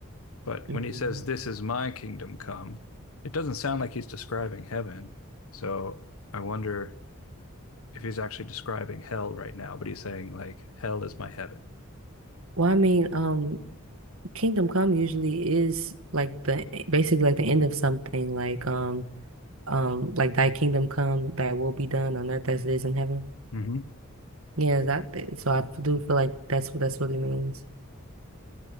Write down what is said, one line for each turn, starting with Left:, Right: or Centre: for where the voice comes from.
Left: But
Right: Mhm.
Left: when he says, This is my kingdom come, it doesn't sound like he's describing heaven. So I wonder if he's actually describing hell right now, but he's saying like hell is my heaven.
Right: Well, I mean, um, Kingdom Come usually is like the basically like the end of something. Like um um like Thy kingdom come, Thy will be done on earth as it is in heaven.
Left: Mm-hmm.
Right: Yeah, that. So I do feel like that's what that's what it means.